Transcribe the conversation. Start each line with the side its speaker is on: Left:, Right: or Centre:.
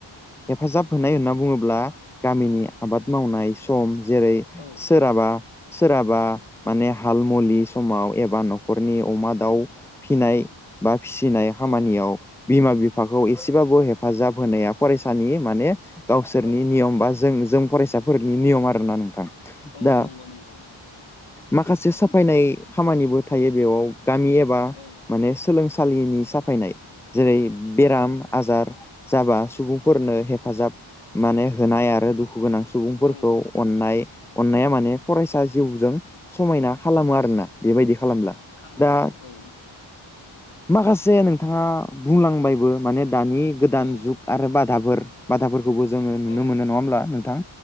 Centre: हेफाजाब होनाय होनना बुङोब्ला गामिनि आबाद मावनाय सम जेरै
Left: औ औ
Centre: सोराबा म हाव बा नखरनि अमा दाउ फिनाय बा फिसिनाय खामानियाव
Left: औ
Centre: बिमा बिफाखौ एसेबाबो हे हेफाजाब होनाया फरायसानि माने गावसोरनि
Left: औ
Centre: नियम बा जोंजों फरायसाफोरनि नियम आरोना नोंथां।
Left: औ
Centre: दा
Left: नंगौ- नंगौ -नंगौ।
Centre: माखासे साफायनाय खामानिबो थायो बेयाव। गामि एबा
Left: औ
Centre: माने सोलों सालिनि साफायनाय जेरै- बेराम-आजार
Left: औ
Centre: जाबा सुबुंफोरनो हेफाजाब माने होनाय आरो दुख दुखु गोनां सुबुंफोरखौ
Left: औ
Centre: अन्नाय। अन्नाया माने फरायसा जिउजों समायना खालामो आरोना बेबायदिखौ। खालामला
Left: खामो
Centre: दा
Left: खामो औ
Centre: माखासे नोंथाङा बुंलांबायबो माने दानि गोदान
Left: औ
Centre: जुग आरो बाद बा बेखौबो जोङो नुनो
Left: औ
Centre: मोनो नङा होमब्ला नोंथां